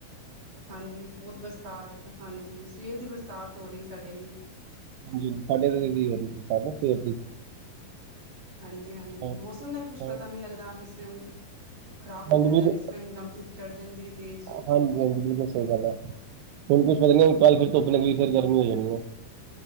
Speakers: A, on the right; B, on the right.
A: ਹਾਂਜੀ ਬੋੱਤ ਬਰਸਾਤ, ਹਾਂਜੀ, ਸਵੇਰ ਦੀ ਬਰਸਾਤ ਹੋ ਰਹੀ ਐ ਸਾਡੇ ਵੀ।
B: ਤੁਸੀ ਸਾਡੇ ਲਏ ਕੀ ਔ ਸਾਡੇ ਸਵੇਰ ਦੀ
A: ਹਾਂਜੀ, ਹਾਂਜੀ
B: ਹੋਰ
A: ਮੌਸਮ ਦਾ ਵੀ ਕੁੱਛ
B: ਹੋਰ
A: ਪਤਾ ਨਈ ਲੱਗਦਾ ਕਿਸ ਟੈਮ। ਖ਼ਰਾਬ ਔ
B: ਹਾਂਜੀ
A: ਜਾਂਦਾ,
B: ਵੀਰ
A: ਕਿਸ ਟੈਮ ਇੱਕਦਮ ਧੁੱਪ ਚੜ ਜਾਂਦੀ ਏ ਤੇਜ਼।
B: ਹਾਂਜੀ-ਹਾਂਜੀ ਬਿਲਕੁਲ ਸਹੀ ਗੱਲ ਐ, ਹੁਨ ਕੁਛ ਪਤਾ ਨੀ ਕੱਲ ਫੇਰ ਧੁੱਪ ਲੱਗੀ, ਫਿਰ ਗਰਮੀ ਹੋ ਜਾਨੀ ਐ।